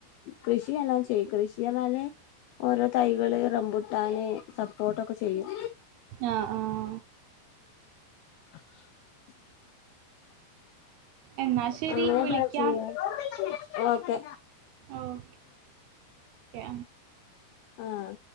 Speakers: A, on the left; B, on the right.
A: കൃഷിയല്ലാം കൃഷിയണല്ലേ ഓരോ തൈകള് റംമ്പുട്ടാന് സപ്പോർട്ടൊക്കെ ചെയ്യും
B: ആഹ ആഹ
A: <unintelligible>
B: എന്നാ ശെരി
A: അങ്ങനെയൊക്കെ
B: വിളിക്കാം
A: ചെയ്യാ ഓക്കെ
B: ഓക്കെ
A: ആഹ്